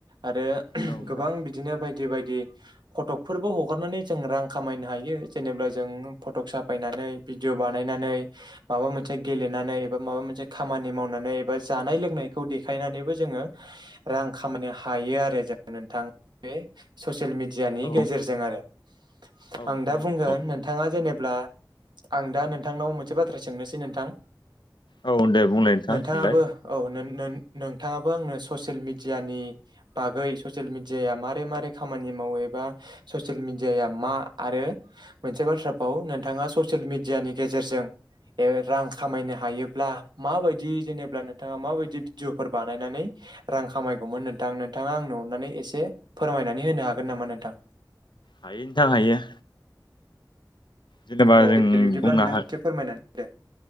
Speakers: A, on the right; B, on the left.
A: आरो
B: औ नोंथां
A: गोबां बिदिनो बायदि बायदि बायदि फट'कफोरबो हगारनानै जों रां खामायनो हायो जेनेबा जों फटक साफायनानै बिदिअ बानायनानै माबा मोनसे गेलेनानै बि माबा मोनसे खामानि मावनानै बा जानाय लोंनायखौ देखायनानैबो जोङो रां खामायनो हायो आरो जों नोंथां बे ससियेल मिडियानि
B: औ
A: गेजेरजों
B: औ
A: आरो
B: नोंथां
A: आं दा बुंगोन
B: औ औ
A: नोंथाङा जेनेब्ला आं दा नोंथांनाव मोनसे बाथ्रा सोंनोसै नोंथां
B: औ दे बुंलाय नोंथां
A: नोंथाङाबो
B: नोंलाय
A: औ नोन नोन नोंथाङाबो आंनो ससियेल मिडियानि बागै ससियेल मिदिया मारै मारै खामानि माव एबा ससियेल मिदिया मा आरो मोनसे बाथ्राखौव नोंथाङा ससियेल मिडियानि गेजेरजों रां खामायनो हायोब्ला माबायदि जेनेबा नोंथाङा माबायदि भिडिअफोर बानायनानै रां खामायगौमोन नोंथां नोंथाङा आंनाव अननानै एसे फोरमायनानै होनो हागोन नामा नोंथां?
B: हायो नोंथां हायो। जेनेबा
A: अ
B: जों
A: दे बिब्दिब्ला
B: बुंनो
A: नोंथां
B: हा
A: एसे फोरमायनानै होदो।